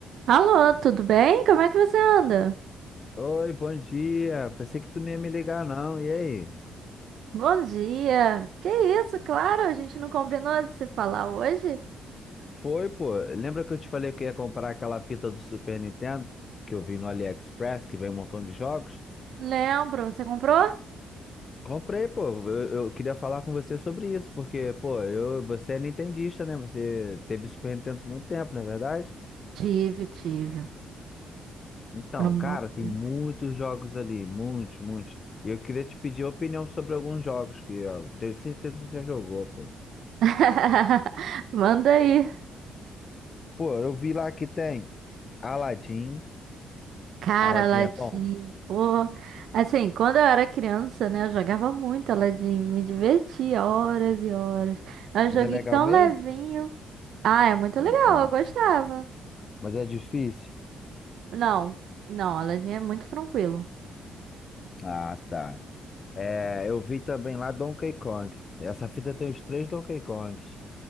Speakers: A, on the right; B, on the left.
A: Alô, tudo bem? Como é que você anda?
B: Oi, bom dia. Pensei que tu não ia me ligar, não. E aí?
A: Bom dia. Que isso, claro, a gente não combinou de se falar hoje?
B: Foi, pô. Lembra que eu te falei que eu ia comprar aquela fita do Super Nintendo que eu vi no AliExpress, que vem um montão de jogos?
A: Lembro, você comprou?
B: Comprei, pô. Eu, eu queria falar com você sobre isso, porque, pô, eu, você é nintendista, né? Você teve Super Nintendo por muito tempo, não é verdade?
A: Tive, tive.
B: Então,
A: Por um
B: cara,
A: bom
B: tem
A: tempo.
B: muitos jogos ali, muitos, muitos. E eu queria te pedir opinião sobre alguns jogos que eu tenho certeza que você já jogou, pô.
A: <laughs> Manda aí.
B: Pô, eu vi lá que tem Aladdin.
A: Cara,
B: Aladdin
A: Aladim,
B: é bom?
A: pô. Assim, quando eu era criança, né, eu jogava muito Aladim, me divertia horas e horas. É um
B: Mas
A: joguinho
B: é legal
A: tão
B: mesmo?
A: levinho. Ah, é muito
B: Não.
A: legal, eu gostava.
B: Mas é difícil?
A: Não, não, Aladim é muito tranquilo.
B: Ah, tá. É, eu vi também lá Donkey Kong. Essa fita tem os três Donkey Kongs.